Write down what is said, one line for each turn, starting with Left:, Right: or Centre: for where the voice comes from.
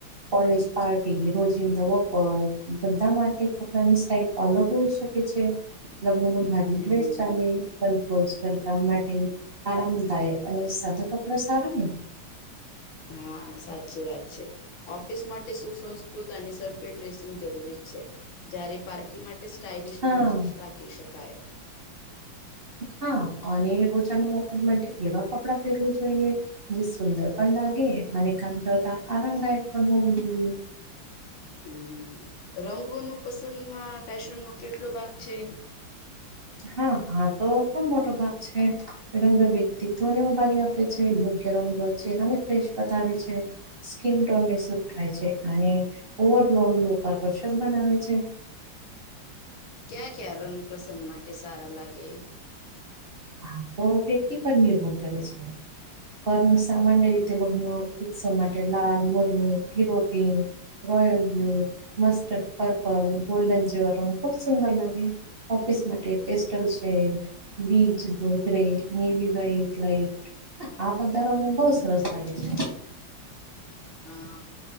Right: કોલેજ પાર્ટી, રોજિંદા વપર, બધા માટે કપડાની સ્ટાઇલ અલગ હોઈ શકે છે. લગ્નમાં ભારે
Left: હમ
Right: ડ્રેસ ચાલે પણોજ સરકામ માટે આરામદાયક અને સાધા કપડા સારા ને
Left: હા સાચી વાત છે ઓફિસ માટે સુસંસ્કૃત અને સભ્ય ડ્રેસિંગ જરૂરી છે જ્યારે માટે સ્ટાઇલિશ
Right: હા
Left: લુક્સ રાખી શકાય
Right: હા અને રોજાના વાપર માટે એવા કપડાં પહેરવું જોઈએ જે સુંદર પણ લાગે અને કામ કરતા આરામદાયક પણ હોવું જોઈએ
Left: હમ રંગોનો પસંદમાં ફેશનનો કેટલો ભાગ છે
Right: હા આ તો ખુબ મોટો ભાગ છે રંગા વ્યક્તિત્વને ઉભારી આપે છે યોગ્ય રંગત ચહેરાને ફ્રેશ બતાવે છે સ્કીન ટોનને શુદ્ધ થાય છે અને ઓવરઓલ લૂક આકર્ષક બનાવે છે
Left: ક્યાં ક્યાં રંગ પ્રસંગ માટે સારા લાગે
Right: આ તો વ્યક્તિ પર નિર્ભર કરે છે પણ સામાન્ય રીતે લગ્ન ઉત્સવ માટે લાલ મરુન હીરોપીંક royal blue mustard purple golden જેવા રંગ ખૂબ સુંદર લાગે ઓફિસ માટે પેસ્ટલ છે બીજ ગ્રે નેવી વ્હાઇટ લાઇક આ બધા રંગ બો સરસ લાગે છે
Left: હા